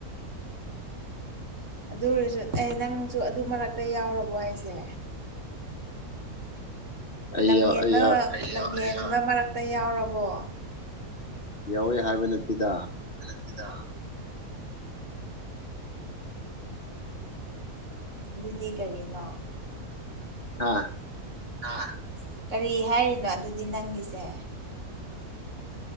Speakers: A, on the right; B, on the left.
A: ꯑꯗꯨ ꯑꯣꯏꯔꯖꯨ ꯑꯩ ꯅꯪꯁꯨ ꯑꯗꯨ ꯃꯔꯛꯇ ꯌꯥꯎꯔꯕꯣ ꯍꯥꯏꯁꯦ
B: ꯑꯩ
A: ꯂꯝꯍꯦꯟꯕ
B: ꯑꯩ
A: ꯂꯝꯍꯦꯟꯕ ꯃꯔꯛꯇ ꯌꯥꯎꯔꯕꯣ
B: ꯌꯥꯎꯋꯦ ꯍꯥꯏꯕ ꯅꯠꯇꯦꯗ
A: ꯇꯦꯗ ꯑꯗꯨꯗꯤ ꯀꯔꯤꯅꯣ
B: ꯑꯥ
A: ꯍꯥ ꯀꯔꯤ ꯍꯥꯏꯔꯤꯅꯣ ꯑꯗꯨꯗꯤ ꯅꯪꯒꯤꯁꯦ